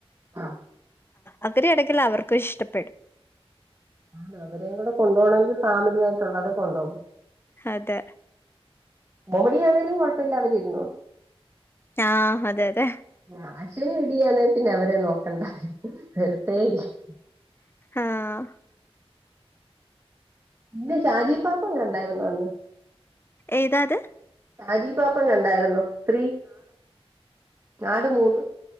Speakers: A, on the right; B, on the left.
A: ആഹ
B: ആഅവരി ഇടക്കങ്കില അവർക്കും ഇഷ്ടപ്പെടും.
A: ആ അവര കൂടെ കൊണ്ടോണങ്കിൽ ഫാമിലായിട്ടുള്ളള്ളത കൊണ്ടകു
B: അതെ
A: കോമടിയാണേലും കൊഴപ്പമല്ല അവര് രുന്നോളും.
B: ആഹ അതെ അതെ
A: ക്യാഷ് റെഡി ആണേൽ പിന്നെ അവരെ നോക്കണ്ട വെറുതെ ഇരിക്ക്
B: ആഹ
A: ഇന്റെ ഷാജി പാപ്പന്നെ കണണ്ടായിരുന്ന അന്ന്?
B: ഏതാത്?
A: ഷാജിപാപ്പൻ കണ്ടായിരുന്നോ ത്രീ ആട് മൂവി.